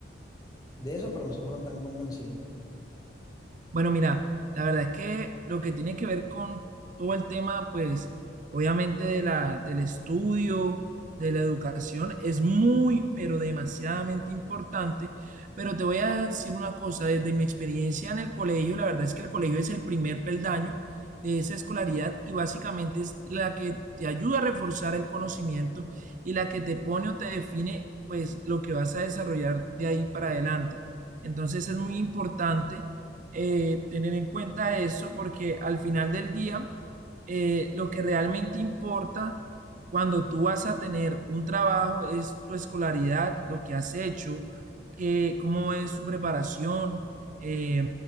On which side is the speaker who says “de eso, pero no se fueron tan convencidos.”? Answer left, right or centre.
Left